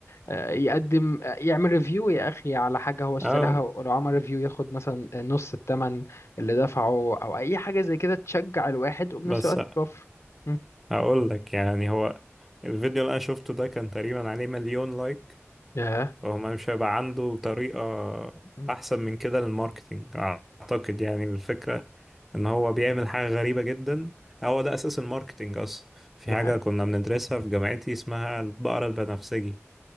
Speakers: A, on the left; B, in the centre.
A: آه، يقدم آه، يعمل ريفيو يا اخي على حاجه هو اشتراها
B: اه
A: ولو عمل ريفيو ياخد مثلا نص الثمن اللي دفعه او اي حاجه زي كده تشجع الواحد وبنفس
B: بس
A: الوقت توفر مم.
B: هقول لك يعني هو الفيديو اللي انا شفته ده كان تقريبا عليه مليون لايك
A: ياه
B: فهو مش هيبقى عنده طريقه
A: مم.
B: احسن من كده للماركتينج اعتقد يعني الفكره ان هو بيعمل حاجة غريبة جدا هو ده اساس الماركتينج اصلا في
A: ده
B: حاجة
A: حقيقي
B: كنا بندرسها في جامعتي اسمها البقرة البنفسجي